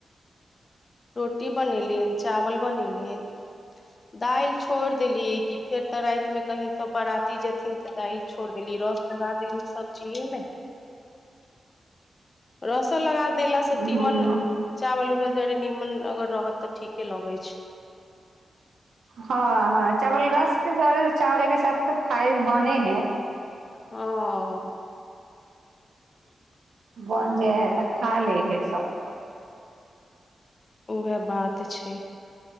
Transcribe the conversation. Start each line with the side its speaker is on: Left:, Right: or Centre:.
Left: रोटी बनेलियचावल बनेलियन दालि छोड़ देलियै कि फेर तऽ राति में कहीं सब बराती जेथिन तऽ दालि छोड़ देलियै रस लगा देल सब चीजे में रसन लगा देला स
Right: ह
Left: तीमन चावल उवल जारेनीमन अगर रहत तऽ ठीके लगै छै
Right: हँ-ह चावल रस के करे चावल के साथ तऽ खाइ बने है
Left: हँ
Right: बन जे है तऽ खा ले है सब
Left: ओहे बात छै